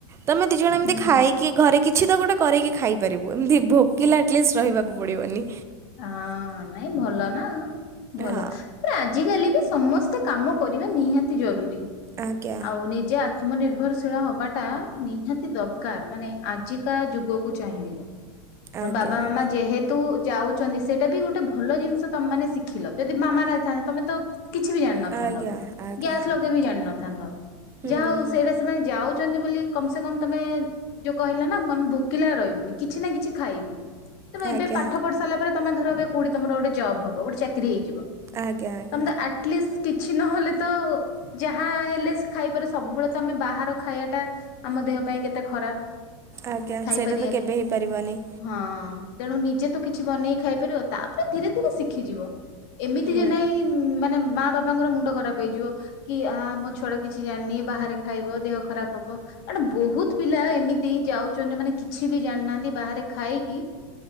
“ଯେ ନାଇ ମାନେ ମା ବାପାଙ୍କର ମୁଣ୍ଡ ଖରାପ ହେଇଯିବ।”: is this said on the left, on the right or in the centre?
Left